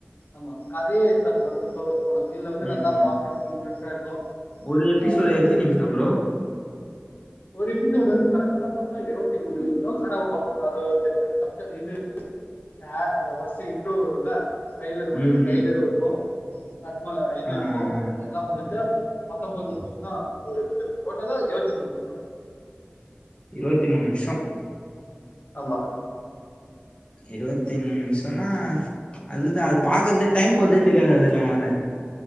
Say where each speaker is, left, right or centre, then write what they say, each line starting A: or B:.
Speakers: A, on the left (about 55°); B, on the left (about 30°).
A: ஆமா கதையே இருக்காது மத்தது சொல்லப் போனா இதுல வந்து
B: ம்
A: நல்லா
B: ம்
A: பாக்குறதுக்கு இன்ட்ரெஸ்ட்டா இருக்கு
B: ஒரு எபிசோடு
A: ஆ
B: எத்தினி
A: ஒரு
B: நிமிஷோ ப்ரோ
A: ஒரு எபிசோடு் வந்து கரெக்டா பாத்தா இருவத்தி மூணு நிமிஷோ ஆனா வா அது வந்துட்டு மச்சா இது யா அந்த ஃபஸ்ட்டு இன்ட்ரோ வருல்ல ட்ரைய்லர் மாரி
B: ம்
A: ட்ரைலரு
B: ம்
A: இருக்கு நம்ம‌ இது
B: ஆ
A: இருக்கு
B: ஆ
A: அதெல்லா முடுஞ்சா பத்தொம்பது நிமிஷோ தா ஒரு எபிசோடு டோட்டலா இருவத்தி மூணு நிம்ஷோ
B: இருவத்தி மூணு நிம்ஷோ
A: ஆமா
B: இருவத்தி மூணு நிமிஷோன்னா அதுதா அது பாக்குறதே டைம் போறதே தெரியாது அது இல்லாமா வேற